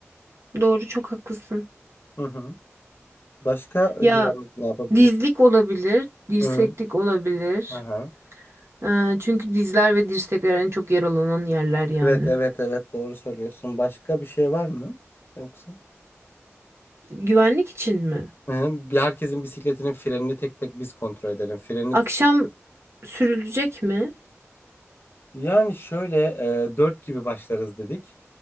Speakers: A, on the right; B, on the left.
A: Doğru çok haklısın.
B: Hı hı. Başka güvenlik
A: Ya
B: ne yapabiliriz?
A: dizlik olabilir, dirseklik
B: Hı hı.
A: olabilir.
B: Aha.
A: Ee, çünkü dizler ve dirsekler en çok yaralanan yerler yani.
B: Evet, evet, evet. Doğru söylüyorsun. Başka bir şey var mı? Yoksa?
A: Güvenlik için mi?
B: Hı hı. Bir herkesin bisikletinin frenini tek tek biz kontrol edelim. Frenini
A: Akşam
B: tut-
A: sürülecek mi?
B: Yani şöyle e, 4 gibi başlarız dedik.